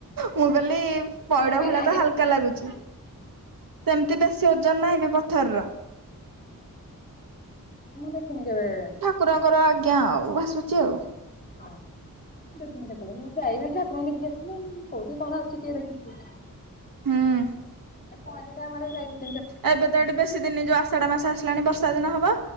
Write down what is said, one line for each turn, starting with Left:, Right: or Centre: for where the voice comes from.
Right: ମୁଁ କଇଲି ପଇଡ଼
Left: ମୁଁ ବି
Right: ଭଳିଆ
Left: ନା
Right: ତ
Left: ଦେଖିନି।
Right: ହାଲ ଲାଗୁଚି ସେମତି ବେଶୀ ଓଜନ ନାହିଁ ବି ପଥରର।
Left: ମୁଁ ଦେଖିନି କେବେ
Right: କୁରଙ୍କର ଆଜ୍ଞା ଆଉ ଭାସୁଚି ଆଉ।
Left: ହଁ ମୁ ଦେଖିନି କେତେବଳେ ମୁଁ ଯାଇ ଖାଲି ଠାକୁରଙ୍କୁ ଦେଖିକି ଆସିଲି କୋଉଠି କଣ ଅଛି କିଏ ଦେଖି ଖିଚି
Right: ହୁଁ
Left: ପରିଡାମାଡ ଯାଇଥିଲ
Right: ଏବେ ତ ଏଠି ବେଶୀ ଦିନି ଯୋଉ ଆଷାଢ ମାସ ଆସିଲାଣି ବର୍ଷା ଦିନ ହବ